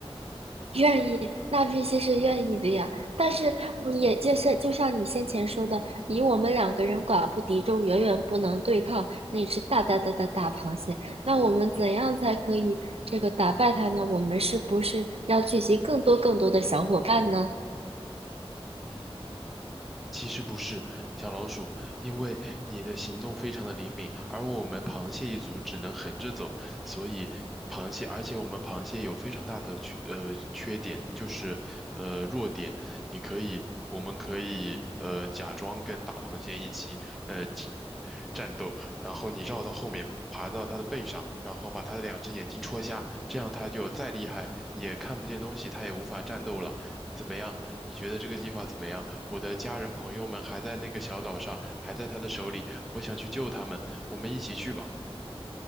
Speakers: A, on the right; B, in the centre.
A: 愿意，那必须是愿意的呀。但是我也就是就像你先前说的，以我们两个人寡不敌众，远远不能对抗那只大大大的大螃蟹。那我们怎样才可以这个打败它呢？我们是不是要聚集更多更多的小伙伴呢？
B: 嗯。其实不是小老鼠，因为你的行动非常的灵敏，而我们螃蟹一族只能横着走，所以螃蟹，而且我们螃蟹有非常大的缺呃缺点，就是呃弱点，你可以，我们可以呃假装跟大螃蟹一起呃起战斗，然后你绕到后面爬到它的背上，然后把它的两只眼睛戳瞎，这样它就再厉害也看不见东西，它也无法战斗了，怎么样？你觉得这个计划怎么样？我的家人朋友们还在那个小岛上，还在他的手里，我想去救他们，我们一起去吧。